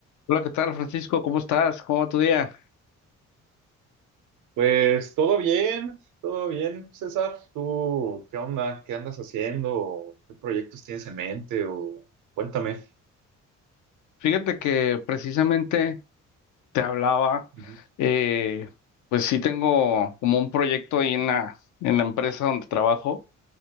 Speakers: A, on the left; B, on the right.
A: Hola, ¿qué tal, Francisco? ¿Cómo estás? ¿Cómo va tu día?
B: Pues todo bien, todo bien, César. ¿Tú qué onda? ¿Qué andas haciendo? ¿Qué proyectos tienes en mente? O cuéntame.
A: Fíjate que precisamente te hablaba,
B: Ujú.
A: eh, pues sí tengo como un proyecto ahí en la, en la empresa donde trabajo.